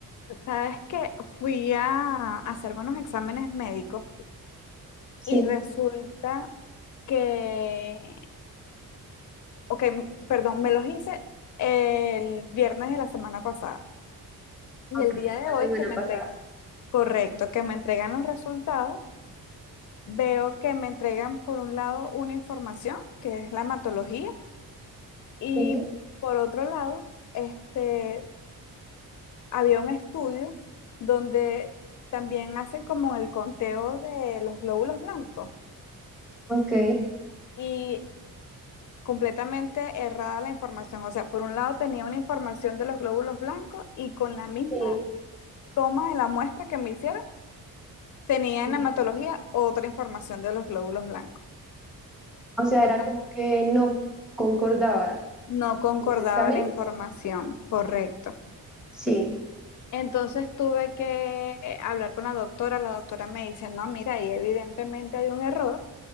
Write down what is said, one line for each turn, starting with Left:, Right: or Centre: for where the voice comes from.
Left: Sabes que fui a hacerme unos exámenes médicos
Centre: Sí,
Left: y resulta que, ok, perdón, me los hice el viernes de la semana pasada y
Centre: ok,
Left: el día de
Centre: la
Left: hoy
Centre: semana
Left: que me
Centre: pasada.
Left: entregan, correcto, que me entregan los resultados, veo que me entregan por un lado una información que es la hematología Y
Centre: Sí,
Left: por otro lado, este, había un estudio donde también hacen como el conteo de los glóbulos blancos
Centre: ok,
Left: y completamente errada la información. O sea, por un lado tenía una información de los glóbulos blancos y con la misma
Centre: sí.
Left: toma de la muestra que me hicieron, tenía
Centre: sí.
Left: en hematología otra información de los glóbulos blancos.
Centre: O sea,
Left: Total,
Centre: era como que no concordaba
Left: no concordaba
Centre: los exámenes.
Left: la información, correcto.
Centre: Sí,
Left: Entonces tuve que hablar con la doctora. La doctora me dice, no, mira, ahí evidentemente hay un error.